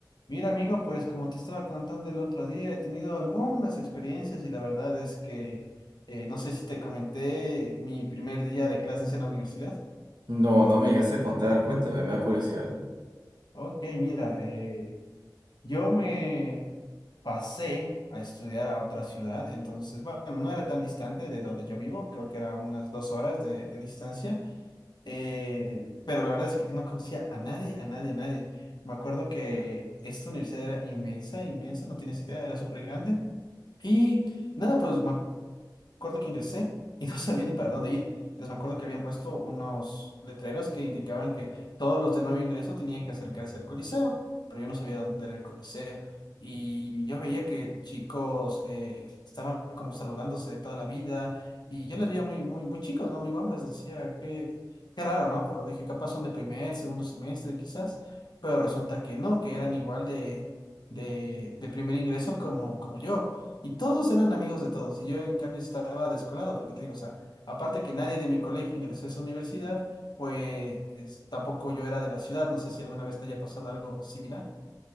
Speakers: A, on the left; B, on the right.
A: Mira, amigo, pues como te estaba contando el otro día, he tenido algunas experiencias y la verdad es que eh, no sé si te comenté mi primer día de clases en la universidad.
B: No, no me llegaste a contar, cuéntame, me da curiosidad.
A: Ok, mira, eh, yo me pasé a estudiar a otra ciudad, entonces, bueno, no era tan distante de donde yo vivo, creo que era unas dos horas de, de distancia, eh, pero la verdad es que no conocía a nadie, a nadie, a nadie. Me acuerdo que esta universidad era inmensa, inmensa, no tienes idea, era súper grande. Y nada, pues me acuerdo que ingresé y <laughs> no sabía ni para dónde ir. Entonces me acuerdo que habían puesto unos letreros que indicaban que todos los de nuevo ingreso tenían que acercarse al Coliseo, pero yo no sabía dónde era el Coliseo. Y yo veía que chicos eh, estaban como saludándose de toda la vida y yo les veía muy, muy, muy chicos, ¿no? Muy guambras. Decía, qué, qué raro, ¿no? Pero dije, capaz son de primer, segundo semestre, quizás. Pero resulta que no, que eran igual de, de, de primer ingreso como, como yo. Y todos eran amigos de todos, y yo en cambio estaba descolado, porque te digo, o sea, aparte que nadie de mi colegio ingresó a esa universidad, pues tampoco yo era de la ciudad, no sé si alguna vez te haya pasado algo similar.